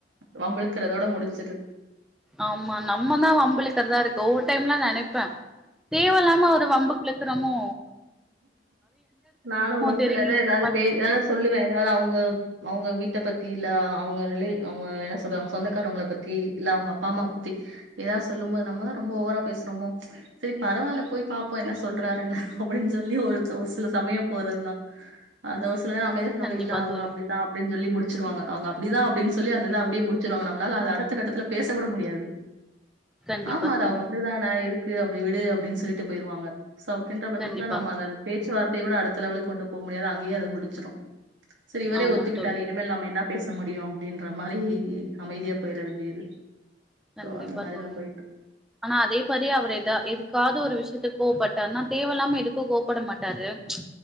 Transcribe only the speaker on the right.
வம்பிழுக்கறதோட முடுஞ்
நானு ஒருத்துல
எத எதாது
பே எதாது சொல்லுவே ஏதாது அவுங்க அவுங்க வீட்ட பத் தி இல்ல அவுங்க ரிலே அவுங்க என்ன சொல்ற அவுங்க சொந்தக்காரவ்ங்கள பத்தி இல்ல அவுங்க அப்பா அம்மா பத்தி எதாது சொல்லும் போது நம்மதா ரொம்ப ஓவரா பேசுறோமோ செரி பரவால்ல போய் பாப்போ என்ன சொல்றாருன்னு அப் புடின் சொல்லி ஒர்த ஒர் சில சமயம் போறதுதா அந்த ஒ சில நேரொ அமைதியா சொல்வாங்க
இல்ல அவுங்க
அப்டித்தா அப்டின் சொல்லி முடுச் ச்சிருவாங்க அவுங்க அப்டிதா அப்டின் சொல்லி அந்தத அப்டியே முடுச்சுர்வாங்க நம்ளால அத அடுத்த கட்டத்துல பேச கூட முடியாது
ஆமாது
அவுங்க அப்டிதான இரு க்கு அப்டி விடு அப்டின் சொல்லிட்டு போயிருவாங்க <unintelligible> இதுக்குலா
நம்மந்த பேச்சுவார்த்தய கூட அடுத்த லெவலுக் கொண்டுப் போ முடியாது அங்கயே அது முடிஞ்சு செரி இவரே
ஒத்துக்கிட்டாரு
இனிமேல் நம்ம என்ன பேச முடியு அப்டின்ற மாரி அமைதியா போயிர வேண்டியது
சோ அந்த மாரி
தான் போயிட்டு.